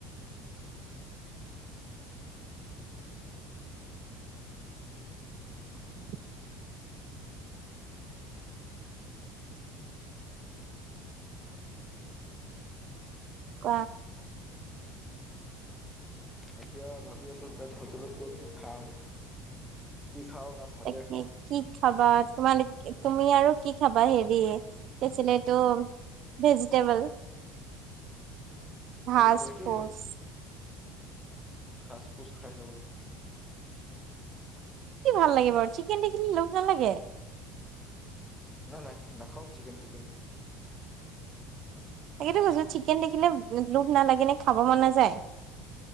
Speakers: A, on the right (about 45°); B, in the centre.
A: <inaudible> ক
B: এতিয়া ভাবি আছো তাত হোটেলত গৈ কি খাম। ৰুটি খাওঁ না ভাতে
A: ত
B: খাওঁ
A: কি খাবা তোমাৰ, তুমি আৰু কি খাবা হেৰি, আছিল ইটো ভেজিটেবল, ঘাচ
B: সেইটোৱে
A: ফোজ
B: ঘাস পোচ খায় হ'ল।
A: কি ভাল লাগে বাৰু চিকেন দেখিলে লোভ নালাগে?
B: নাই নাই, নাখাও চিকেন টিকেন।
A: তাকেতো কৈছো চিকেন দেখিলে লোভ নালাগে নে? খাব মন নাযায়